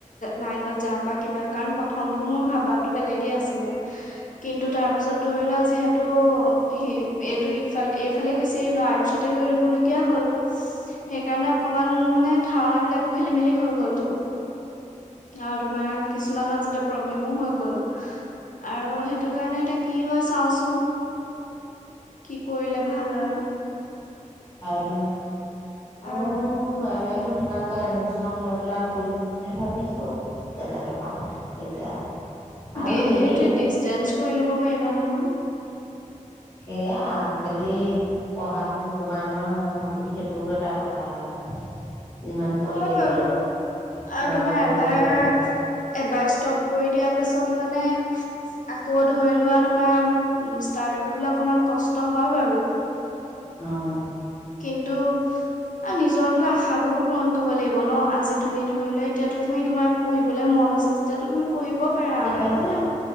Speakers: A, on the left; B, on the left.
A: লাইনত যাম বা কিবা কাৰণ প্ৰথমটো মোৰ ভাবাো বেলেগে আছিলে কিন্তু তাৰ পাছত ধৰিলোৱা যিহেতু সি এইটো ইফাল এইফালে গুচি আহিলো আৰ্টতে লৈ লব লগীয়া হল সেই কাৰণে অকমান মানে ধাৰণা বিলাকো খেলি মেলি হল গৈলটো আৰু তুমাৰ কিছুমান মাজতে প্ৰবলেমু হয় গ'ল আৰু হে সেইটো কাৰণে এয়া কি হয় চাওঁচ কি কৰিলে ভাল হয়
B: আউলো অ
A: আৰু
B: এ মই ত টো কিবা এটা এডমিচন লৈ পেলাই পঢ়িম বুলি ভাবিছো কেনেকে পাওঁ এতিয়া আৰু
A: দি
B: হেৰি
A: সেইটোৱে ডিচটৈঞ্চ কৰি ল'ব পাৰিবা নহয়
B: এয়া আজিকালি পঢ়াতটোত নোসোমাই নহয় মোৰটোত সেইটোও এটা কথা হয় যিমান পঢ়ি
A: হয়
B: থাকিলেও
A: বাৰু আৰু
B: বয়স
A: তোমাৰ
B: হৈ
A: এবাৰ
B: যোৱাৰ লগে
A: এবাৰ ষ্টপ কৰি দিয়াৰ পাছত মানে আকৌ ধৰি লোৱাত তোমাৰ ষ্টাৰ কৰিব অকমান কষ্ট হয় বাৰু
B: আহ
A: কিন্তু আৰু নিজৰ দিলা আশাবোৰো পূৰণ কৰিব লাগিব ন আজি তুমি ধৰি ললে এতিয়াতো তুমি তোমাৰ পঢ়িবলৈ মন আছ তেতিয়াতো তুমি পঢ়িব
B: আৰু
A: পাৰা
B: চেকেন্ধ
A: একো নাই